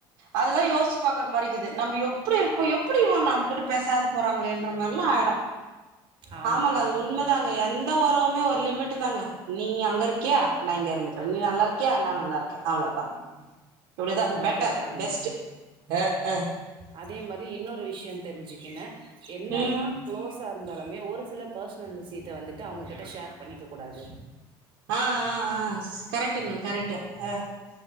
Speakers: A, on the right (about 75°); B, on the right (about 45°).
A: அதல்லா யோசிச்சு பாக்கற மாரிக்குது நம்ப எ ப்பிடி இருப்போ எப்பிடி இவ நம்பகிட்ட பேசாத போறாங்களேன்ற மார்ல்லா ஆய்டு.
B: ஆமா
A: ஆமாங்க அது உண்மதாங்க எந்த ஒறவுமே ஒரு லிமிட்டு தாங்க. நீ அங்கருக்கியா நா இங்யே இருந்துக்கறே நீ நல்லார்க்யா நா நல்லார்க்கே அவ்ளோதா. இப்டிதா
B: உண்ம
A: பெட்டர்
B: அதுதாங்க,
A: பெஸ்ட் அ அ
B: அதே மாரி இன்னொரு விஷ்யந் தெர்ஞ்சிக்கங்க என்னதா
A: ம்
B: க்ளோஸார்ந்தாலுமே ஒரு சில பஸ்னல் விஷித்த வந்துட்டு அவங்ககிட்ட ஷேர் பண்ணிக்க கூடாது.
A: ஆ ஆ ஆ ஸ் கரெக்ட்டுங்க கரெக்ட்டு அ.